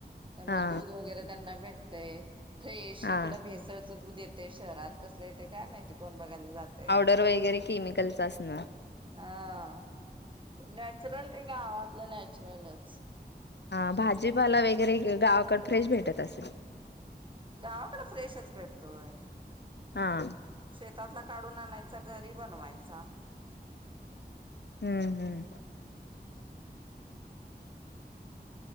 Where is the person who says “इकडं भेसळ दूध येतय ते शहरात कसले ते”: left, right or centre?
Right